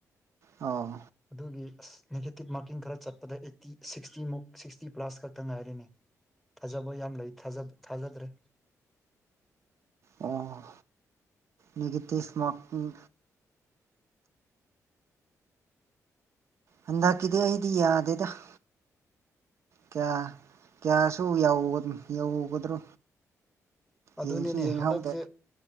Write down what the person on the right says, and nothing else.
ꯑꯧ꯫
ꯑꯣ ꯅꯦꯒꯦꯇꯤꯚ ꯃꯥꯔꯀꯤꯡ ꯍꯟꯗꯛꯀꯤꯗꯤ ꯑꯩꯗꯤ ꯌꯥꯗꯦꯗ ꯫ ꯀꯌꯥ ꯀꯌꯥꯁꯨ ꯌꯧꯒ ꯌꯧꯒꯗ꯭ꯔꯣ?
ꯌꯦꯡꯁꯨ ꯌꯦꯡꯍꯧꯗꯦ